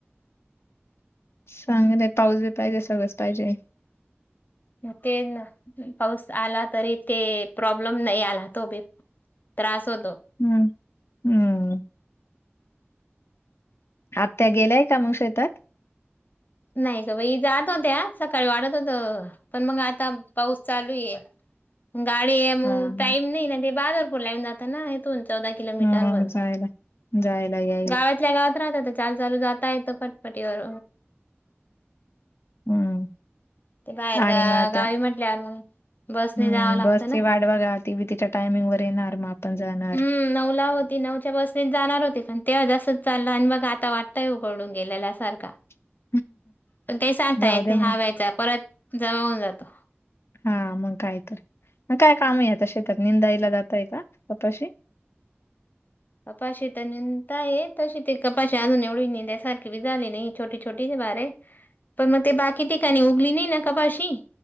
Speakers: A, on the left; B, on the left.
A: चांगल आहे पाऊस बी पाहिजे. सगळच पाहिजे.
B: तेच ना पाऊस आला तरी ते प्रॉ प्रॉब्लेम. नाही आला तो बी त्रास होतो.
A: हम्म हम्म आत्या गेल्याय का मग शेतात.
B: नाही का बाई जात होत्या सकाळी वाटत होत. पण मग आता पाऊस चालू आहे. गाडी मग
A: हा हा
B: टाईम नाही ना ते बाजरपूरला येवुन जात ना इथून चौदा किलोमीटर
A: हम्म
B: वर.
A: जायला जायला याय
B: गावातल्या गावात राहता, तर चालू चालू जाता येत. फटफटीवर.
A: हम्म
B: ते बाहेर
A: आणि
B: गा
A: मग आता
B: गावी म्हटल्यावर मग? बसने
A: हम्म
B: जावं लागतं
A: बसची
B: ना.
A: वाट बघा ती बी तिच्या टायमिंग वर येणार. मग आपण जाणार.
B: हम्म नऊला होती. नऊच्या बसनेच जाणार होते. पण तेव्हा जास्त च चालला. आणि मग आता वाटतंय उघडून गेल्या सारखा.
A: <inaudible>
B: पण ते सांगता
A: जाऊ
B: येत
A: द्या
B: नाही.
A: म्हणून
B: हव्याचा परत जमावून जातो.
A: हा मग काय तर. मग काय कामय आता शेतात. निंदायला जातय का कपाशी?
B: कपाशी तर निताय. तशी ती कपाशी अजून एवढी निदाय सारखी बी झााली नाही. छोटी छोटीचे बारीक.
A: <inaudible>
B: पण मग ते बाकी ठिकाणी उगली नाही ना कपाशी.